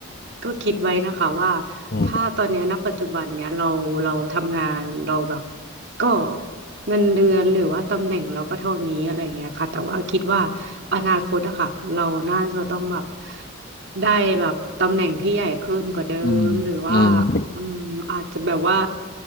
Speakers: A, on the right; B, on the left.
A: ก็คิดไว้นะคะว่า
B: อืม
A: ถ้าตอนเนี้ยณปัจจุบันเนี้ยเราเราทำงานเราแบบก็เงินเดือนหรือว่าตำแหน่งเราก็เท่านี้อะไรอย่างเงี้ยค่ะแต่ว่าคิดว่าอนาคตอะค่ะเราน่าจะต้องแบบได้แบบตำแหน่งที่ใหญ่ขึ้นกว่าเดิมหรือว่า
B: อืมอืม
A: อืมอาจจะแบบว่า